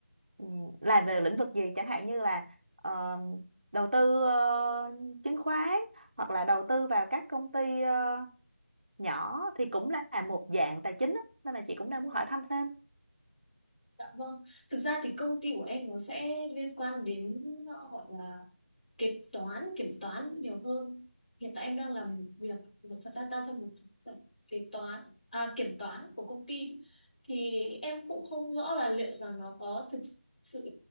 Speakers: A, on the right; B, on the left.
A: ừm, làm về lĩnh vực gì chẳng hạn như là ờ, đầu tư ờ, chứng khoán hoặc là đầu tư vào các công ty ờ, nhỏ thì cũng là một dạng tài chính á. Nên là chị cũng đang muốn hỏi thăm thêm
B: Dạ vâng. Thực ra thì công ty của em nó sẽ liên quan đến ờ, gọi là kế toán kiểm toán nhiều hơn hiện tại em đang làm việc một phần data cho một phần kế toán à, kiểm toán của công ty thì em cũng không rõ là liệu rằng nó có thực sự